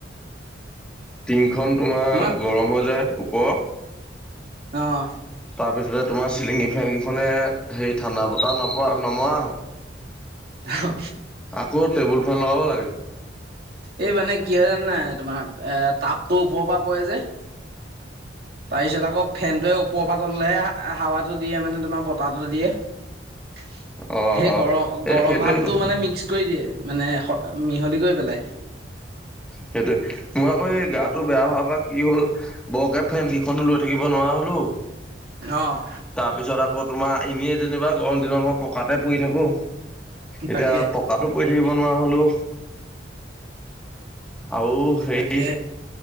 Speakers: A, in the centre; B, on the right.
A: টিংখন তোমাৰ
B: মই
A: গৰম হৈ যায় ওপৰৰত
B: অঁ
A: তাৰপিছতে তোমাৰ চিলিঙ ফেনকেইখনে হেৰি ঠাণ্ডা বতাহ নপৰা নমৰা হয়
B: অ
A: আকৌ টেবুল ফেন লগাব লাগে
B: এই মানে কি হয় জান নাই তোমাৰ এ াপতটো ওপৰৰ পৰা পৰে যে তাৰপিছত আকৌ ফেনটোৱে কওপপাতলেহে হাৱাটো দিয়ে মানে তোমাৰ বতাহটো দিয়ে
A: অ
B: সেই
A: অ
B: গৰম
A: এই
B: গৰম
A: সেইটোৱে
B: ভাপটো
A: কথা
B: মানে মিক্স কৰি দিয়ে মানে মিহলি কৰি পেলাই
A: সেইটোৱে মই আকৌ এই গাটো বেয়া হোৱাৰ পৰা কি হল বৰকে ফেন কেইখনো লৈ থাকিব নোৱাৰা হলো
B: অ'
A: তাৰপিছত আকৌ তোমাৰ এনেই যেনিবা গৰম দিনত মই পকাতে পৰি থাকো এতিয়া
B: তাকে
A: পকাাতো পৰি থাকো বনোৱা হলো আৰুও সেই
B: তাকে